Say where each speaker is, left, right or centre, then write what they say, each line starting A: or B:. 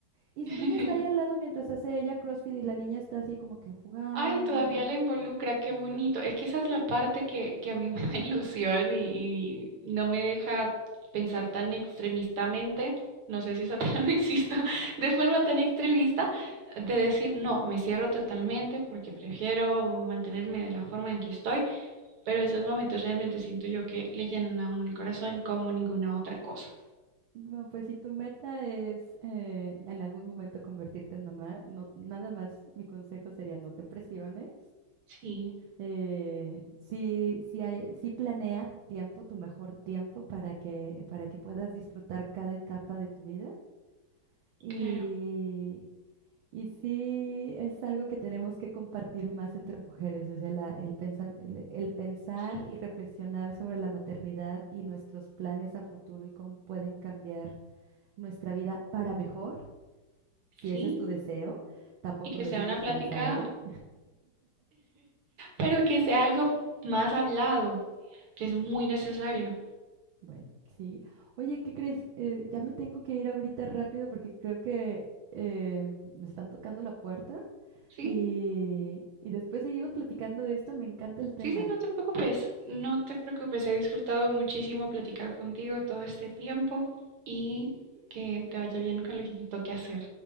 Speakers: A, on the right; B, on the right.
A: Y
B: <laughs>
A: su niña está ahí al lado mientras hace ella CrossFit y la niña está así como que jugando.
B: Ay, todavía la involucra, qué bonito. Es que esa
A: Sí.
B: es la parte que, que a mí <laughs> me da ilusión y, y no me deja pensar tan extremistamente, no sé si esa <laughs> palabra exista, de forma tan extremista, de decir, no, me cierro totalmente porque prefiero mantenerme de la forma en que estoy Pero esos momentos realmente siento yo que le llenan a uno el corazón como ninguna otra cosa.
A: No, pues si tu meta es eh, en algún momento convertirte en mamá, no, nada más mi consejo sería no te presiones.
B: Sí,
A: Eh, sí, sí hay- sí planea tu tiempo, tu mejor tiempo para que, para que puedas disfrutar cada etapa de tu vida. Y,
B: claro,
A: y sí es algo que tenemos que compartir más entre mujeres, o sea, la- el pensar, el, el pensar
B: sí,
A: y reflexionar sobre la maternidad y nuestros planes a futuro y cómo pueden cambiar nuestra vida para mejor, si
B: sí.
A: ese es tu deseo, tampoco
B: Y que
A: no
B: sea
A: es indispensable.
B: una plática, pero que sea algo más hablado, que es muy necesario.
A: Bueno, sí. Oye, ¿qué crees? Eh, ya me tengo que ir ahorita rápido porque creo que eh, me están tocando la puerta
B: Sí,
A: y, y después seguimos platicando de esto. Me encanta el tema.
B: sí, sí, no te preocupes, no te preocupes. He disfrutado muchísimo platicar contigo todo este tiempo y que te vaya bien con lo que te toque hacer.